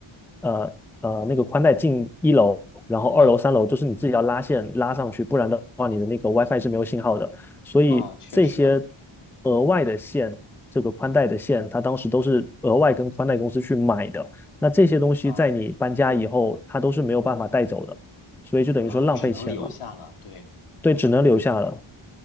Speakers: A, in the centre; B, on the left.
A: 呃呃那个宽带进一楼，然后二楼三楼就是你自己要拉线拉上去，
B: 嗯，
A: 不然的话你的那个 WiFi 是没有信号的，所以这些
B: 啊，确实，
A: 额外的线。这个宽带的线，它当时都是额外跟宽带公司去买的。那这些东西在你搬家以后，
B: 啊
A: 它都是没有办法带走的，所以就等于说浪费钱了。
B: 啊，只能留下了，对。
A: 对，只能留下了。